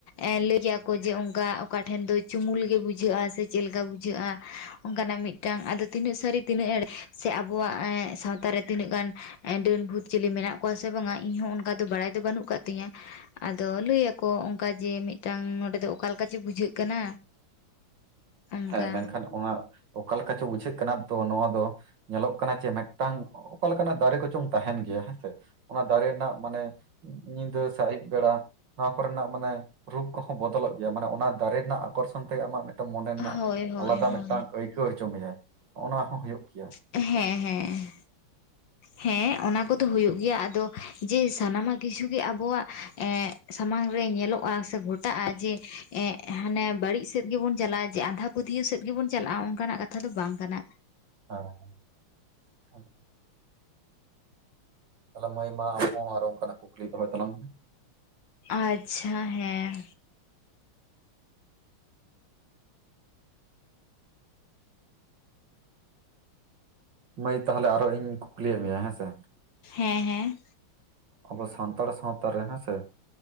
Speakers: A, on the left; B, on the right.
A: ᱮᱸ ᱞᱟᱹᱭ ᱜᱮᱭᱟ ᱠᱚ ᱡᱮ ᱚᱱᱠᱟ ᱚᱠᱟ ᱴᱷᱮᱱ ᱫᱚ ᱪᱩᱢᱩᱞ ᱜᱮ ᱵᱩᱡᱷᱟᱹᱜ-ᱟ᱾ ᱥᱮ ᱪᱮᱫ ᱞᱮᱠᱟ ᱵᱩᱡᱷᱟᱹᱜ-ᱟ ᱚᱱᱠᱟᱱᱟᱜ ᱢᱤᱫ ᱴᱟᱝ ᱟᱫᱚ ᱛᱤᱱᱟᱹᱜ ᱥᱟᱹᱨᱤ, ᱛᱤᱱᱟᱹᱜ ᱮᱲᱮ, ᱥᱮ ᱟᱵᱚᱣᱟᱜ ᱮᱸ ᱥᱟᱶᱛᱟ ᱨᱮ ᱛᱤᱱᱟᱹᱜ ᱜᱟᱱ ᱮᱸ ᱰᱟᱹᱱ ᱵᱷᱩᱛ ᱪᱮᱞᱮ ᱢᱮᱱᱟᱜ ᱠᱚᱣᱟ ᱥᱮ ᱵᱟᱝᱼᱟ, ᱤᱧᱦᱚᱸ ᱚᱱᱠᱟ ᱫᱚ ᱵᱟᱲᱟᱭ ᱫᱚ ᱵᱟᱹᱱᱩᱜ ᱠᱟᱜ ᱛᱤᱧᱟ ᱟᱫᱚ ᱞᱟᱹᱭᱟ ᱠᱚ ᱚᱝᱠᱟ ᱡᱮ ᱢᱤᱫᱴᱟᱱ ᱱᱚᱸᱰᱮ ᱫᱚ ᱚᱠᱟ ᱞᱮᱠᱟ ᱪᱚ ᱵᱩᱡᱷᱟᱹᱜ ᱠᱟᱱᱟ᱾ ᱚᱱᱠᱟ
B: ᱦᱮᱸ ᱢᱮᱱᱠᱷᱟᱱ ᱚᱱᱟ ᱚᱠᱟ ᱞᱮᱠᱟ ᱪᱚ, ᱵᱩᱡᱷᱟᱹᱜ ᱠᱟᱱᱟ ᱛᱚ ᱱᱚᱣᱟ ᱫᱚᱼᱼ ᱧᱮᱞᱚᱜ ᱠᱟᱱᱟ ᱪᱮ ᱢᱮᱜᱴᱟᱝ ᱚᱠᱟ ᱞᱮᱠᱟ ᱱᱟᱜ ᱫᱟᱨᱮ ᱠᱚᱪᱚᱝ ᱛᱟᱦᱮᱸᱱ ᱜᱮᱭᱟ ᱦᱮᱸᱥᱮ ᱚᱱᱟ ᱫᱟᱨᱮ ᱨᱮᱱᱟᱜ ᱢᱟᱱᱮᱼᱼ ᱩᱸ ᱧᱤᱝᱟᱹᱥᱮ ᱟᱭᱩᱵ ᱵᱮᱲᱟ᱾ ᱱᱚᱣᱟ ᱠᱚᱨᱮᱱᱟᱜ ᱢᱟᱱᱮ ᱨᱩᱯ ᱠᱚᱦᱚᱸ ᱵᱚᱫᱚᱞᱚᱼᱜ ᱜᱮᱭᱟ, ᱢᱟᱱᱮ ᱚᱱᱟ ᱫᱟᱨᱮ ᱨᱮᱱᱟᱜ ᱟᱠᱚᱨᱥᱚᱱ ᱛᱮᱜᱮ ᱟᱢᱟᱜ ᱢᱤᱜᱴᱟᱝ ᱢᱚᱱᱮᱼᱼ
A: ᱦᱳᱭ ᱦᱳᱭ
B: ᱟᱞᱟᱫᱟ
A: ᱦᱳᱭ
B: ᱢᱤᱫᱴᱟᱝ ᱟᱹᱭᱠᱟᱹᱣ ᱪᱚ ᱢᱮᱭᱟᱭ ᱦᱚᱸᱜ-ᱚ ᱱᱚᱣᱟ ᱦᱚᱸ ᱦᱩᱭᱩᱜ ᱜᱮᱭᱟ
A: ᱦᱮᱸ ᱦᱮᱸ ᱦᱮᱸ᱾ ᱦᱮᱸ ᱚᱱᱟ ᱠᱩᱫᱚ ᱦᱩᱭᱩᱜ ᱜᱮᱭᱟ ᱟᱫᱚ ᱡᱮ ᱥᱟᱱᱟᱢᱟᱼᱜ ᱠᱤᱪᱷᱩ ᱜᱮ ᱟᱵᱚᱣᱟᱼᱜ ᱮᱸᱜᱼᱼ ᱥᱟᱢᱟᱝ ᱨᱮ ᱧᱮᱞᱚᱜ-ᱟ, ᱥᱮ ᱜᱷᱚᱴᱟᱜ-ᱟ ᱡᱮ ᱮᱸᱜ ᱦᱟᱱᱮ ᱵᱟᱹᱲᱤᱡ ᱥᱮᱫ ᱜᱮᱵᱚᱱ ᱪᱟᱞᱟᱜ-ᱟ ᱡᱮ ᱟᱸᱫᱷᱟᱼᱼ ᱯᱟᱹᱛᱭᱟᱹᱣ ᱥᱮᱫ ᱜᱮᱵᱚᱱ ᱪᱟᱞᱟᱜ-ᱟ, ᱚᱱᱠᱟᱱᱟᱜ ᱠᱟᱛᱷᱟ ᱫᱚ ᱵᱟᱝ ᱠᱟᱱᱟ᱾
B: <inaudible> ᱛᱟᱦᱚᱞᱮ ᱢᱟᱹᱭ ᱢᱟ ᱟᱢ ᱦᱚᱸ ᱟᱨᱚ ᱚᱱᱠᱟᱱᱟᱜ ᱠᱩᱠᱞᱤ ᱫᱚᱦᱚᱭ ᱛᱟᱞᱟᱝ ᱢᱮ᱾
A: ᱟᱪᱪᱷᱟ ᱦᱮᱸ᱾
B: ᱢᱟᱹᱭ ᱛᱟᱦᱚᱞᱮ ᱟᱨᱚ ᱤᱧ ᱠᱩᱠᱞᱤᱭᱮᱜ ᱢᱮᱭᱟ ᱦᱮᱸ ᱥᱮ᱾
A: ᱦᱮᱸ ᱦᱮᱸ᱾
B: ᱟᱵᱚ ᱥᱟᱱᱛᱟᱲ ᱥᱟᱶᱛᱟ ᱨᱮ ᱦᱮᱸᱥᱮ